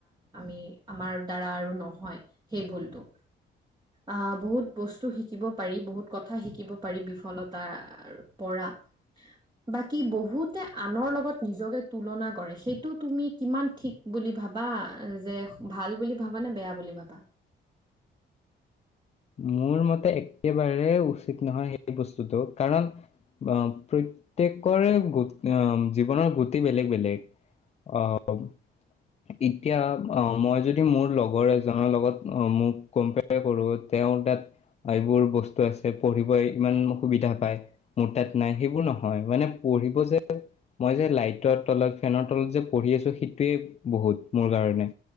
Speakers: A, on the right; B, on the left.
A: আমি আমাৰ দাৰা নহয় স ভুলটো আহ বহুত বস্তু শিকিব পাৰি বহুত কথা শিকিব পাৰি বিফলতাৰ পৰা উ বাকী বহুতে আনৰ লগত নিজকে তুলনা কৰে সেইটো তুমি কিমান থঠিক বুলি ভাবা যে ভাল বুলি ভাবা নে বেয়া বুলি ভাবা
B: মোৰ মতে একেবাৰে উচিত নহয় সেই বস্তুটো কাৰণ বা প্ৰত্যেকৰে গ জীৱনৰ গতি বেলেগ বেলেগ আহ এতিয়া অ মই যদি মোৰ লগৰ এজনৰ লগত অ মোক কম্পেয়াৰ কৰো তেওঁ তাত এইবোৰ বস্তু আছে পঢ়িবই ইমান অ সুবিধা পায় মোৰ তাত নাই সেইবোৰ নহয় মানে পঢ়িব যে মই যে লাইটৰ তলত ফেনৰ তলত যে পঢ়ি আছো সেইটোৱে বহুত মোৰ কাৰণে